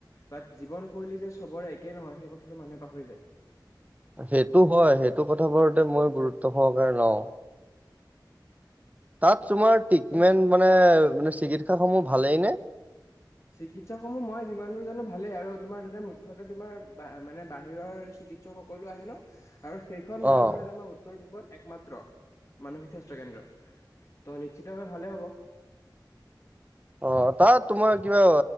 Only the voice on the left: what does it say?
বাত জীৱনশৈলী যে চবৰে একে নহয় সেই কথাটো মানুহে পাহৰি যায়।
এ
চিকিৎসা সমূহ মই যিমান দূৰ জানো ভালেই, আৰু তোমাৰ তাতে মুক্ষকে তোমাৰ মানে বাহিৰৰ চিৎ। উৎস সকলো আহে ন, আৰু সেইখন মইজনাত
আমাৰ। উত্তৰ-পূ্বত একমাত্ৰ মানসিক স্বাস্থ্য কেন্দ্ৰ, ত' নিশ্চিতভাৱে ভালে হ'ব।